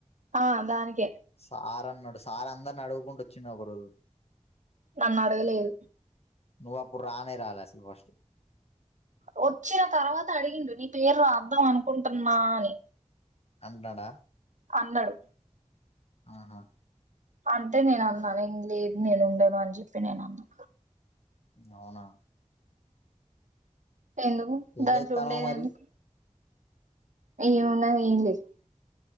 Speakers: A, on the right; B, on the left.
A: ఆ దానికే
B: సార్ అన్నాడు. సార్ అందరిని అడుగుకుంటూ వోచ్చిండు. ఒక రోజు
A: నన్న అడుగలేదు
B: నువ్వు అప్పుడు రానే రాలే అసలు ఫస్ట్
A: వోచ్చిన తర్వాత అడిగిండు. నీ పేరు రాద్దాం అనుకుంటున్నా అని
B: అంటండా
A: అన్నాడు
B: ఆహా
A: అంటే నేను అన్నా నేను లేను నేను ఉండను అని చెప్పి నేను అన్నా
B: హ్ అవునా
A: ఎందుకు
B: ఏం
A: దాంట్ల
B: చేత్తన్నావ్
A: ఉండేది
B: మరి
A: ఎందుకు ఏమున్నాది. ఏం లేదు